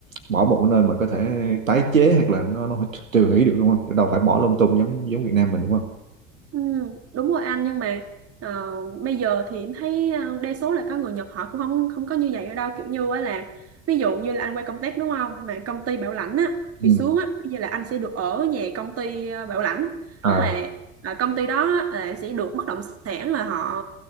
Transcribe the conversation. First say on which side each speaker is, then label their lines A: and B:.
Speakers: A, on the right; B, on the right.
A: bỏ một cái nơi mà có thể tái chế hoặc là nó nó tiêu hủy được đúng không? Chứ Đâu phải bỏ lung tung giống giống Việt Nam mình đúng không?
B: Ừ, đúng rồi anh nhưng mà ờ, bây giờ thì em thấy ờ, đa số là có người Nhật họ cũng không không có như vậy ở đâu kiểu như á là ví dụ như là anh qua công tác đúng không mà công ty bảo lãnh á
A: Ừ.
B: thì xuống á bây giờ là anh sẽ được ở nhà công ty ờ, bảo lãnh
A: À,
B: tức là ờ, công ty đó là sẽ được bất động sản là họ